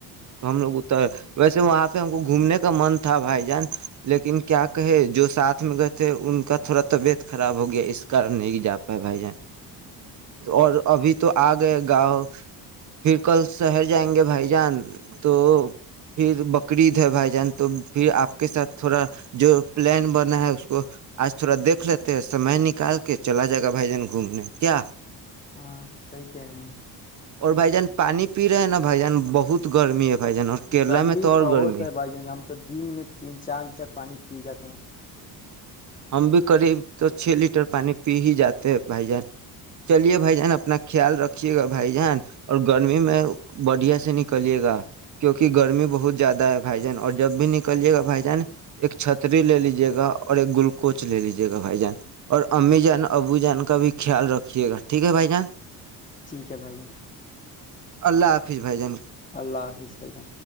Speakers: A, on the right; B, on the left.
A: تو ہم لوگ اتر ویسے وہاں پہ ہم کو گھومنے کا من تھا بھائی جان لیکن کیا کہے جو ساتھ میں گئے تھے ان کا تھوڑا طبیعت خراب ہو گیا نہیں جا پائے بھائی جان اور ابھی تو آ گئے گاؤں پھر کل شہر جائیں گے بھائی جان تو پھر بکرید ہے بھائی جان تو پھر آپ کے ساتھ تھوڑا جو پلان بنا ہے اس کو آج تھوڑا دیکھ لیتے ہیں سمے نک نکال کے چلا جائے گا بھائی جان گھومنے کیا
B: ہاں سی کہ رہے ہیں
A: اور بھائی جان پانی پی رہے ہے نا بھائی جان بہت گرمی ہے بھائی جان اور کیرلا
B: گرمی
A: میں تو اور
B: بہت
A: گرمی
B: ہے بھائی جان ہم تو دن میں تین چار لیٹر پانی پی جاتے ہیں
A: ہم بھی قریب تو چھ لیٹر پانی پی ہی جاتے ہیں بھائی جان چلیے بھائی جان اپنا خیال رکھیے گا بھائی جان اور گرمی میں بڑھیا سے نکلیے گا کیونکہ گرمی بہت زیادہ ہے بھائی جان اور جب بھی نکلیے گا بھائی جان ایک چھتری لے لیجیے گا اور ایک گلک کوچ لے لیجیے گا بھائی جان اور امی جان ابو جان کا بھی خیال رکھیے گا ٹھیک ہے بھائی جان
B: ٹھیک ہے بھائی
A: اللہ حافظ بھائی جان
B: اللہ حافظ بھائی جان